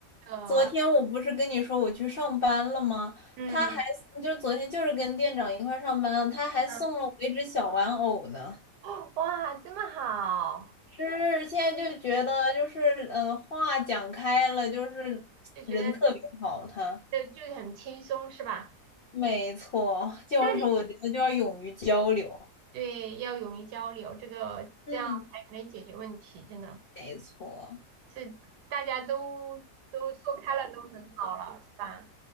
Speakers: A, on the right; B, on the left.
A: 呃，
B: 昨天我不是跟你说我去上班了吗？
A: 嗯
B: 他还就是昨天就是跟店长一块儿上班，他还送了我一只小玩偶呢。
A: 嗯，哦，哇，这么好，
B: 是，现在就觉得就是呃，话讲开了，就是人特别好，
A: 就觉得
B: 他。
A: 这就是很轻松，是吧？
B: 没错，就是我觉得就要勇于交流。
A: 那你对要勇于交流，这个这样才可能解决问题，
B: 嗯，
A: 真的
B: 没错，
A: 是大家都都说开了，都很好了，是吧？